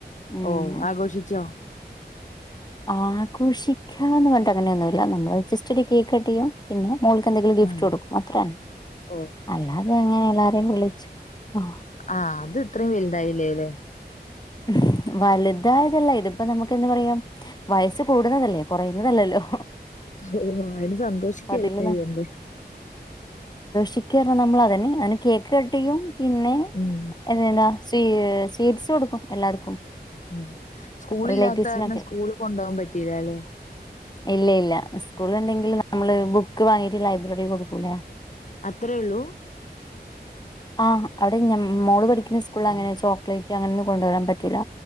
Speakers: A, on the left; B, on the left.
A: ഉം
B: ഓ ആഘോഷിച്ചോ
A: ആഘോഷിക്കാന്ന് പറഞ്ഞിട്ട് അങ്ങനെയൊന്നുമല്ല നമ്മള് ജസ്റ്റ് ഒരു കേക്ക് കട്ട്‌ ചെയ്യാ പിന്നെ മോൾക്ക് എന്തെങ്കിലും ഗിഫ്റ്റ്
B: ഉം
A: കൊടുക്കും അത്ര തന്നെ
B: ഓ
A: അല്ലാതെ അങ്ങനെ എല്ലാരെയും വിളിച്ച് ആഹ്
B: ആ അത് ഇത്രയും വലുതായില്ലേല്ലേ
A: <inaudible> വലുതായതല്ല ഇതിപ്പോ നമുക്ക് എന്ത് പറയാം വയസ്സ് കൂടുന്നതല്ലേ കൊറയുന്നതല്ലല്ലോ
B: ഓ അയിന് സന്തോഷിക്കല്ലേ
A: അതില്
B: ചെയ്യണ്ടേ
A: <unintelligible> നമ്മൾ അതന്നെ അന് കേക്ക് കട്ട്‌ ചെയും പിന്നെ
B: ഉം
A: <unintelligible> സ്വീ സ്വീറ്റ്‌സ് കൊടുക്കും എല്ലാവർക്കും
B: ഉം സ്കൂൾ
A: റിലേറ്റീവ്സിനൊക്കെ
B: ഇല്ലാത്ത കാരണം സ്കൂള് കൊണ്ടോവാൻ പറ്റിയില്ലല്ലെ
A: ഇല്ല ഇല്ല സ്കൂൾ ഇണ്ടെങ്കിൽ നമ്മള് ബുക്ക് വാങ്ങീട്ട് ലൈബ്രറി കൊടുക്കൂല്ലേ
B: അത്രേ ഉള്ളു
A: ആ അവിടെ ഞ മോള് പഠിക്കുന്ന സ്കൂളിൽ അങ്ങനെ ചോക്ലേറ്റ് അങ്ങനൊന്നും കൊണ്ടുവരാൻ പറ്റ റ്റൂല